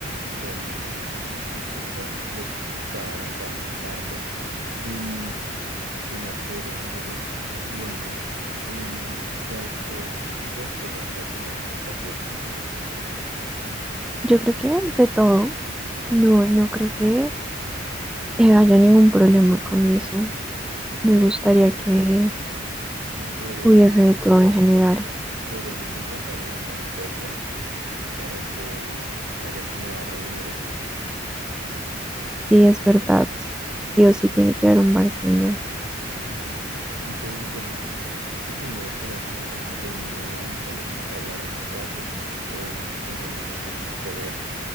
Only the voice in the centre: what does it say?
Yo creo que de todo, no, no creo que eh, haya ningún problema con eso. Me
gustaría que
hubiese de todo en general.
Sí, es verdad. Sí o sí tiene que haber un bartender.